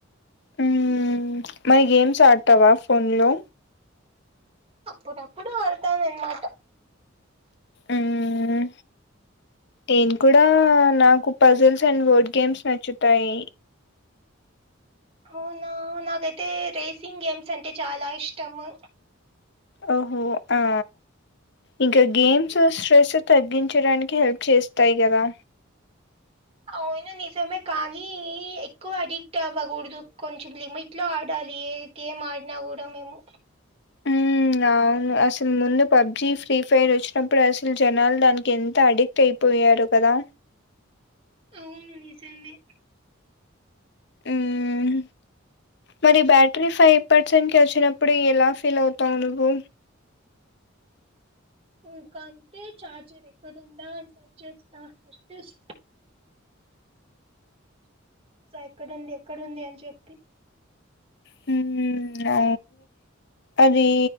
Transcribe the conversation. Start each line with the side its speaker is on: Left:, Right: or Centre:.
Left: ఉమ్ మరి గేమ్స్ ఆడతావా ఫోన్లో
Right: అప్పుడు డప్పుడు అడతాను అన్నమాటా
Left: ఉమ్ నేను కూడా నాకు పజిల్స్ అండ్ వర్డ్ గేమ్స్ నచ్చుతాయి
Right: అవునా నాకైతే రేసింగ్ గేమ్స్ అంటే చాలా ఇష్టము
Left: ఓహో ఆ ఇంకా గేమ్స్ స్ట్రెస్ తగ్గించడానికి హెల్ప్ చేస్తాయి కదా
Right: అవును నిజమే కానీ ఎక్కువ అడిక్ట్ అవ్వకూడదు కొంచెం లిమిట్ లో ఆడాలి గేమ్ ఆడినా కూడా మేము
Left: ఉమ్ అవును అసలు ముందు పబ్జి ఫ్రీ ఫైర్ వచ్చిన ప్పుడు అసలు జనాలు దానికి ఎంత అడిక్ట్ అయిపోయారో కదా
Right: అవును నిజమే
Left: ఉమ్ మరి బ్యాటరీ ఫై పర్సెంట్ కి వచ్చినప్పుడు ఎలా ఫీల్ అవుతావు నువ్వు
Right: ఇకంటే చార్జర్ ఎక్కడుందా అని సెర్చ్ చేస్తా ఫస్ర్ ఎక్కడ ఉంది ఎక్కడ ఉంది అని చెప్పి
Left: హమ్ అ అది